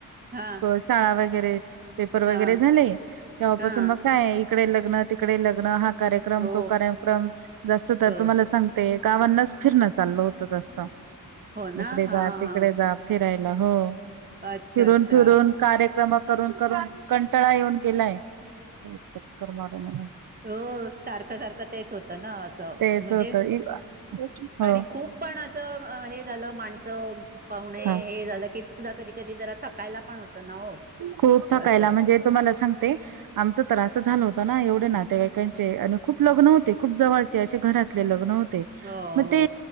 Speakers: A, on the right; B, on the right.
A: हा
B: शाळा वगैरे पेपर वगैरे
A: हा
B: झाले तेव्हापासून
A: हा
B: मग काय तिकडे लग्न तिकडे लग्न हा कार्यक्रम
A: हो
B: तो कार्यक्रम जास्त तर
A: हो
B: तुम्हाला सांग. ते गावांनाच फिरणं चालल होत जास्त
A: हो ना
B: इकडे
A: हा
B: जा तिकडे
A: हा
B: जा. फिरायला हो
A: अच्छा
B: फिरून
A: अच्छा
B: फिरून. कार्यक्रम करून करून कंटळा येऊन गेलाय, चक्कर मारून आलो.
A: हो सारखं सारखं तेच होतं ना असं,
B: तेच
A: म्हणजे.
B: होत हो.
A: आणि खूप पण असं हे झालं माणसं पाहुणे
B: हा
A: हे झालं की. <inaudible> होतं ना हो
B: खूप थकायला
A: असं
B: म्हणजे तुम्हाला सांगते आमचं तर असं झालं होतं ना एवढे ना तेवाईकांचे आणि खूप लग्न होते खूप जवळचे असे घरातले लग्न होते.
A: हो
B: मग
A: हो
B: ते